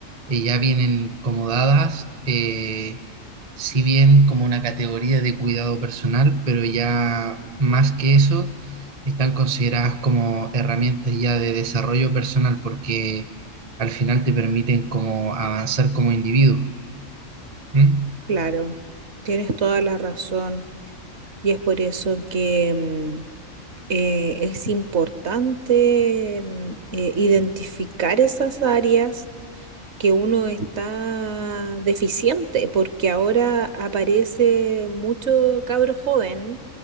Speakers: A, on the right (about 35°); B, on the right (about 60°).
A: eh, ya vienen como dadas, eh, si bien como una categoría de cuidado personal, pero ya más que eso, están consideradas como herramientas ya de desarrollo personal porque al final te permiten como avanzar como individuo. ¿m?
B: Claro, tienes toda la razón y es por eso que mm, eh, es importante mm, eh, identificar esas áreas que uno está deficiente, porque ahora aparece mucho cabro joven